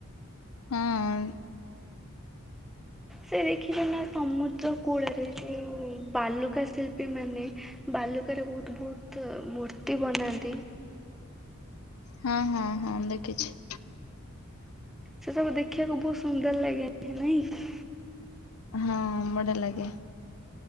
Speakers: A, on the left (about 80°); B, in the centre.
A: ହଁ।
B: ସେ ଦେଖିଛ ନା ସମୁଦ୍ର କୂଳରେ ଯୋଉ ବାଲୁକା ଶିଳ୍ପୀ ମାନେ ବାଲୁକାରେ ବହୁତ ବହୁତ ମୂର୍ତ୍ତି ବନାନ୍ତି।
A: ହଁ ହଁ ହଁ, ଦେଖିଛି।
B: ସେ ସବୁ ଦେଖିବାକୁ ବହୁତ ସୁନ୍ଦର ଲାଗେ ନାଇଁ?
A: ହଁ, ବଢିଆ ଲାଗେ।